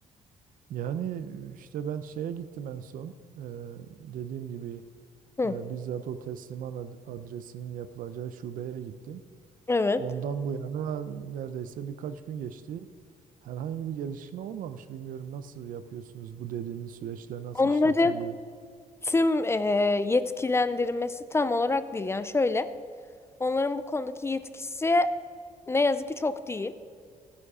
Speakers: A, on the right; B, on the left.
A: Yani işte ben şeye gittim en son. Ee, dediğim gibi
B: Hı,
A: e, bizzat o teslimat ad- adresinin yapılacağı şubeye gittim.
B: evet.
A: Ondan bu yana neredeyse birkaç gün geçti. Herhangi bir gelişme olmamış. Bilmiyorum nasıl yapıyorsunuz bu dediğiniz süreçler nasıl
B: Onları
A: işletiliyor?
B: tüm e, yetkilendirmesi tam olarak değil. Yani şöyle, onların bu konudaki yetkisi ne yazık ki çok değil.